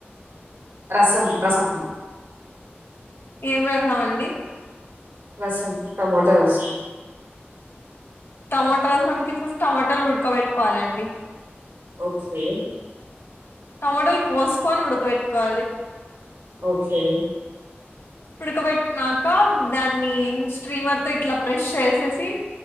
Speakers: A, on the right; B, on the left.
A: రసం రసము.
B: ఏం రాసామండి.
A: రసం టమోటో రసం.
B: టమోటో రసానికి ఫస్ట్ టమోటాలు ఉడకబెట్టుకోవాలండి.
A: ఓకే.
B: మోడల్ కోస్కోని ఉడకబెట్టుకోవాలి.
A: ఓకే.
B: ఉడకబెట్టినాక దాన్ని స్ట్రీమర్ తో ఇట్లా ప్రెష్ చేసేసి.